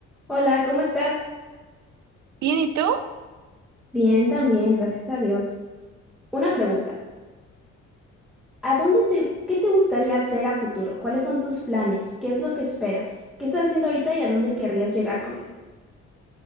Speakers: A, in the centre; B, on the right (about 70°).
A: Hola, ¿cómo estás?
B: Bien, ¿y tú?
A: Bien, también, gracias a Dios. Una pregunta. ¿A dónde te, qué te gustaría hacer a futuro? ¿Cuáles son tus planes? ¿Qué es lo que esperas? ¿Qué estás haciendo ahorita y a dónde querrías llegar con eso?